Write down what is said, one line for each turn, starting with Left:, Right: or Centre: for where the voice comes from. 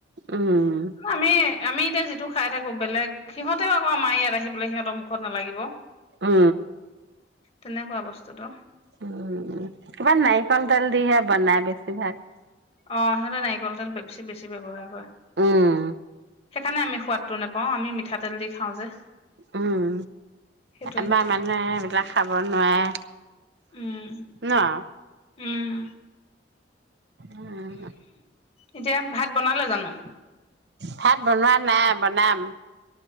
Right: উম,
Left: আমি আমি এতিয়া যিটো খাই থাকো বেলেগ সিহতেও আকৌ আমাৰ ইয়াত আহি পেলাই সিহঁতৰ মুখত নালাগিব
Right: অ
Left: তেনেকুৱা বস্তুটো
Right: উ কিবা নাৰিকল তেল দিহে বনাই বেছি ভাগ
Left: অ সিহঁতে নাৰিকল তেল বেছি বেছি ব্যৱহাৰ কৰে
Right: উম,
Left: সেইকাৰণে আমি সোৱাদটো নোপাও আমি পিঠাতেল দি খাওঁ যে
Right: উম
Left: সেইটোৱে
Right: এবাৰ
Left: কথা
Right: মানে এইবিলাক খাব নোৱাৰে
Left: উম
Right: ন
Left: উম
Right: উম,
Left: এতিয়া ভাত বনালে জানো
Right: ভাত বনোৱা নাই বনাম